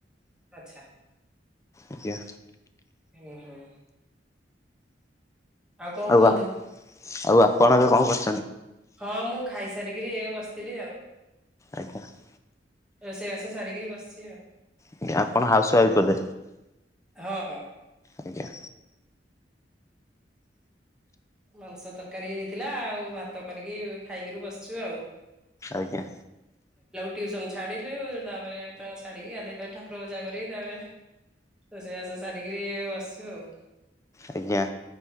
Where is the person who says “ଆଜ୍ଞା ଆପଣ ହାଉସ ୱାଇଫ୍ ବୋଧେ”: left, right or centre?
Left